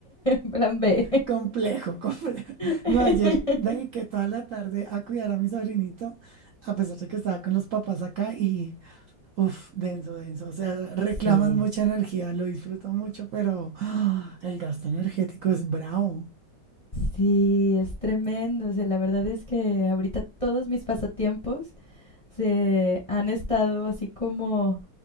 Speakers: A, on the left; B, on the right.
A: <laughs> Plan B.
B: Complejo, <laughs> complejo.
A: <laughs>
B: No, ayer dediqué toda la tarde a cuidar a mi sobrinito, a pesar de que estaba con los papás acá y Uf, denso, denso. O sea, reclaman
A: Sí,
B: mucha energía, lo disfruto mucho, pero <gasps> ah, el gasto energético es bravo.
A: sí, es tremendo. O sea, la verdad es que ahorita todos mis pasatiempos se han estado así como